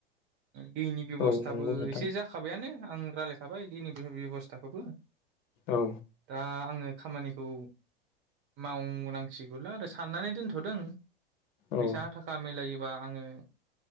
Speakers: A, on the right; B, on the left.
A: दैनि बेबसथाबो
B: औ नंगौ नोंथां
A: एसे जाखाबायानो। आं रायलायखाबाय दैना बे बेब'सथाखौबो।
B: औ
A: दा आङो खामानिखौ मावनांसिगौल' आरो साननानै दोनथ'दों। फैसा
B: औ
A: थाखा मिलायो बा आङो